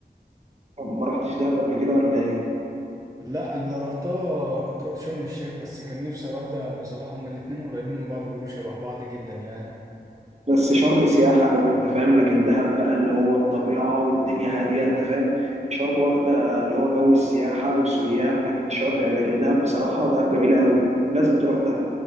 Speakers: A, on the right; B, on the right.
A: ما رحتش دهب قبل كده ولا ايه
B: لا انا رحتها كنت رحت شرم الشيخ بس كان نفسي اروح دهب بصراحه هما الاتنين قريبين من بعض بيقولوا شبه بعض جدا يعني
A: بس شرم سياحة أوي أنت فاهم لكن دهب بقى اللي هو الطبيعة والدنيا هادية أنت فاهم شرم واخدة اللي هو جو السياحة وسياح لكن شا... لكن دهب بصراحة دهب جميلة أوي لازم تروح دهب